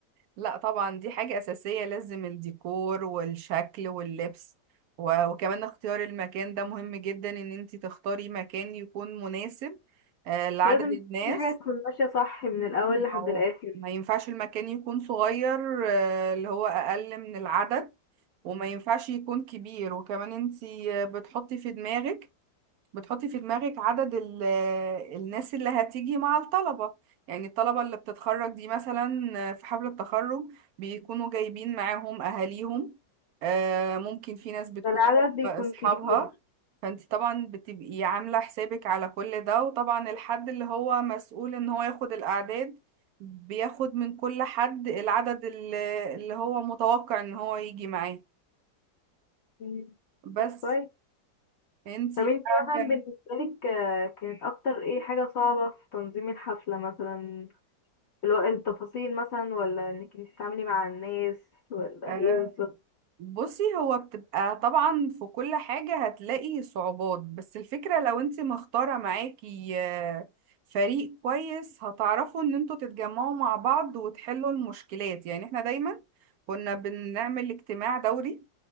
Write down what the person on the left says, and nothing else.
لازم
كل حاجة تكون ماشية صح من الأول لحد
الآخر
ده العدد
بيكون
كبير
مم.
طب كويس
طب انتي
مثلا
بالنسبة لك آه، كانت أكتر ايه حاجة صعبة في تنظيم الحفلة مثلا الو- التفاصيل مثلا ولا انك انتي تتعاملي مع الناس ولا
ايه بالظبط